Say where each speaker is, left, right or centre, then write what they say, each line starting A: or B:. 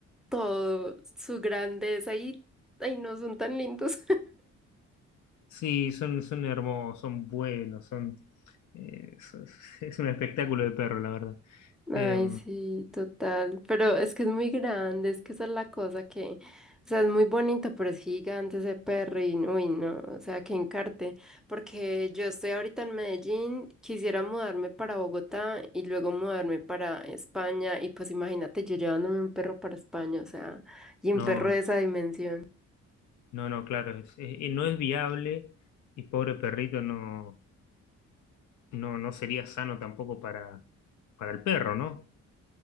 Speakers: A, in the centre; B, on the left (about 70°).
A: todo, su grandeza y, ay, no, son tan lindos.
B: Sí, son, son hermosos, son buenos, son, eh, so- <laughs> es un espectáculo de perro, la verdad.
A: Ay,
B: Eh,
A: sí, total. Pero es que es muy grande, es que esa es la cosa que, o sea, es muy bonito, pero es gigante ese perro y, uy, no, o sea, que encarte. Porque yo estoy ahorita en Medellín, quisiera mudarme para Bogotá y luego mudarme para España. Y pues imagínate yo llevándome un perro para España, o sea, y un
B: no,
A: perro de esa dimensión.
B: no, no, claro, es- eh, no es viable y pobre perrito no, no, no sería sano tampoco para, para el perro, ¿no?